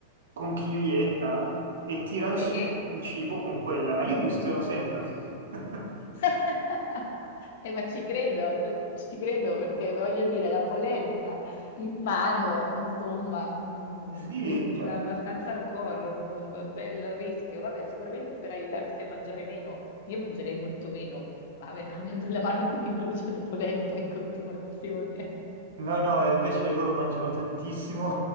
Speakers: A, on the right; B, on the left.
A: conchiglietta e tirano
B: Sì.
A: su il cibo con quella, ma io mi ustiono sempre. <laughs>
B: <laughs> Eh, ma ci credo, ci credo perché voglio dire, la polenta in mano, insomma, mm,
A: Sì,
B: mi sembra
A: cioè,
B: abbastanza hardcore, un be- un bel rischio. Vabbè, sicuramente per aiutarti a mangiare meno, io mangerei molto meno, ma ave- avendo la mano che mi brucia di polenta in continuazione.
A: no, no, e invece loro mangiano tantissimo.